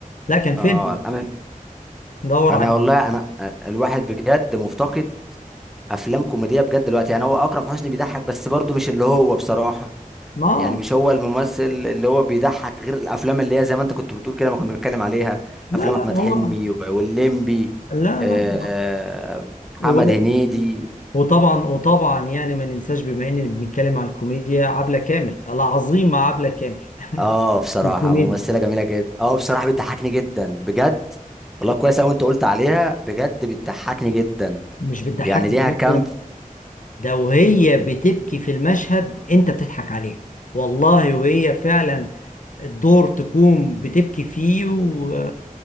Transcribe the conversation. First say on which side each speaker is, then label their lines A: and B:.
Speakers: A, on the left; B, in the centre.
A: لا كان فيلم
B: اه انا
A: دور
B: انا
A: عليه
B: والله انا الواحد بجد مفتقد افلام كوميديه بجد دلوقتي يعني هو اكرم حسني بيضحك بس برضه مش اللي هو بصراحه
A: ما
B: يعني مش هو الممثل اللي هو بيضحك غير الافلام اللي هي زي ما انت كنت بتقول كده ما كنا بنتكلم عليها
A: لا
B: افلام
A: لا
B: احمد
A: هو
B: حلمي وب- والليمبي
A: لا
B: آه،
A: لا
B: آه، محمد
A: هو
B: هنيدي
A: وطبعا وطبعا يعني ما ننساش بما اننا بنتكلم على الكوميديا عبلة كامل العظيمة عبلة كامل <laughs>
B: اه بصراحه
A: الكوميديا
B: ممثله جميله جدا اه بصراحه بتضحكني جدا بجد والله كويس قوي انت قلت عليها بجد بتضحكني جدا
A: مش بتضحكك
B: يعني ليها
A: جدا
B: كام ف-
A: ده وهي بتبكي في المشهد انت بتضحك عليها والله وهي فعلا الدور تكون بتبكي فيه و...